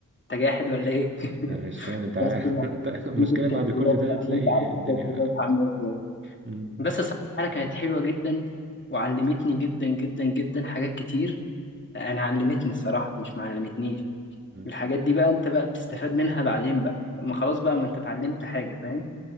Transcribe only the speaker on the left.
انت جاحد ولا ايه <laughs>
بس بقى
جيب
التركيبات
بقى
انت عارف التركيبات
عامله ازاي
بس الصراحه الحاله كانت حلوه جدا وعلمتني جدا جدا جدا حاجات كتير انا علمتني الصراحه مش معلمتنيش
الحاجات دي بقى انت بقى بتستفاد منها بعدين بقى ما خلاص بقى ما انت اتعلمت حاجه فاهم